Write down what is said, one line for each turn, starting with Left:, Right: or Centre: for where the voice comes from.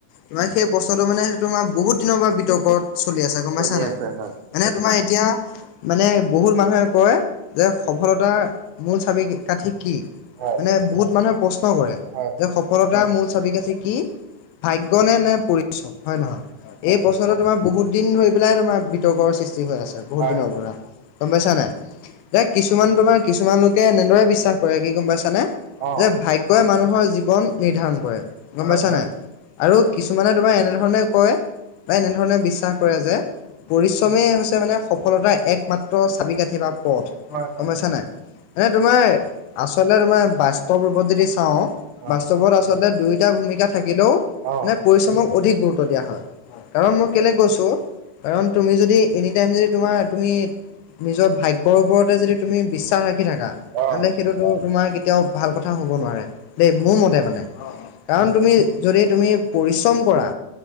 Left: তোমাৰ সেই প্ৰশ্নটো মানে তোমাৰ বহুত দিনৰ পৰা বিতৰ্কত চলি আছে গম
Right: চলি
Left: পাইছা নাই।
Right: আছে হয়
Left: মানে তোমাৰ এতিয়া মানে বহুত মানুহে কয় যে সফলতা মূল চাবি কাঠি কি?
Right: হয়
Left: মানে বহুত মানুহে প্ৰশ্ন কৰে
Right: হয়
Left: যে সফলতাৰ মূল চাবি কাঠি কি। ভাগ্য নে, নে পৰিশ্ৰম, হয় নহয়? এই প্ৰশ্নটো তোমাৰ বহুত দিন ধৰি পেলাই তোমাৰ সৃষ্টি হৈ আছে বহুত
Right: হয়
Left: দিনৰ
Right: হয়।
Left: পৰা গম পাইছা নাই যে কিছুমান তোমাৰ কিছুমান লোকে এনেদৰে বিশ্বাস কৰে কি গম পাইছানে
Right: অ', হয়,
Left: যে ভাগ্য ই মানুহৰ জীৱন নিৰ্ধাৰণ কৰে গম পাইছা
Right: হয়,
Left: নে নাই?
Right: হয়,
Left: আৰু কিছুমানে তোমাৰ এনেধৰণে কয় বা এনেধৰণে বিশ্বাস কৰে যে পৰিশ্ৰমেই হৈছে মানে সফলতাৰ একমাত্ৰ চাবিকাঠি বা পথ
Right: হয়,
Left: গম পাইছা নে নাই? এ তোমাৰ আচলতে তোমাৰ বাস্তৱ ৰূপত যদি চাওঁ
Right: অ', অ',
Left: বাস্তৱত আচলতে দুইটা ভূমিকা থাকিলেও
Right: হয়, অ', অ',
Left: মানে
Right: অ', অ',
Left: পৰিশ্ৰমক অধিক গুৰুত্ব দিয়া হয়। কাৰণ মই কেলে কৈছো কাৰণ তুমি যদি এনি টাইম যদি তোমাৰ তুমি নিজৰ ভাগ্যৰ ওপৰতে যদি তুমি বিশ ৰাখি থাকা।
Right: অ', অ',
Left: সেইটোতো তোমাৰ কেতিয়াও ভাল কথা হ'ব নোৱাৰে। দেই মোৰ মতে মানে কাৰণ তুমি যদি তুমি পৰিশ্ৰম কৰা